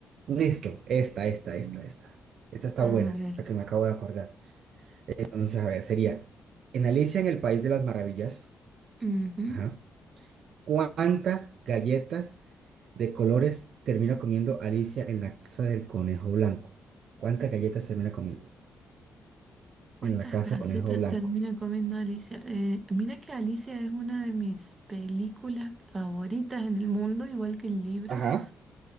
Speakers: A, on the right (about 70°); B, on the right (about 35°).
A: Listo, esta, esta, esta, esta. Esta está
B: A
A: buena,
B: ver.
A: la que me acabo de acordar. Entonces, a ver, sería, en Alicia en el País de las Maravillas,
B: Ujú.
A: ajá, ¿cuántas galletas de colores termina comiendo Alicia en la casa del conejo blanco? ¿Cuántas galletas termina comiendo
B: ¿Cuántas
A: en la casa
B: galletas
A: del conejo blanco?
B: termina comiendo Alicia? Eh, mira que Alicia es una de mis películas favoritas en el mundo, igual que el libro.
A: Ajá,